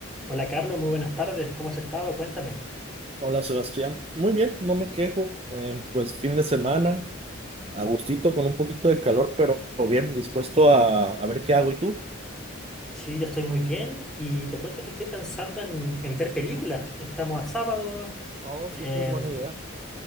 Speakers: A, in the centre; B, on the right (about 30°).
A: Hola Carlos, muy buenas tardes, ¿cómo has estado? Cuéntame.
B: Hola Sebastián, muy bien, no me quejo. Eh, pues fin de semana, a gustito, con un poquito de calor, pero bien dispuesto a, a ver qué hago. ¿Y tú?
A: Sí, yo estoy muy bien y te cuento que estoy pensando en, en ver películas. Estamos a sábado,
B: Oh, siempre
A: em,
B: es buena idea.